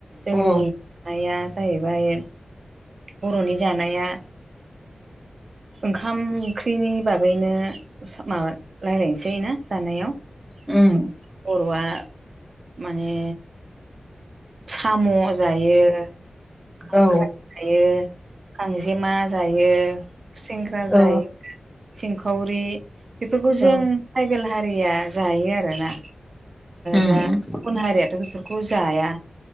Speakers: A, on the right (about 50°); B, in the centre.
A: जोंनि
B: औ
A: नाया जाहैबाय बर'नि जानाया ओंखाम ओंख्रिनि बागैनो माबा राय्लायनोसै ना जानायाव
B: उम।
A: माने बर'आ माने साम' जायो। खांख्राय
B: औ
A: जायो गांजेमा जायो खुसेंग्रा जायो।
B: औ
A: सिंखावरि बेफोरखौ जों
B: औ
A: ट्राइबेल हारिया जायो आरोना
B: उम
A: दा गुबुन हारियाथ' बेफोरखौ जाया।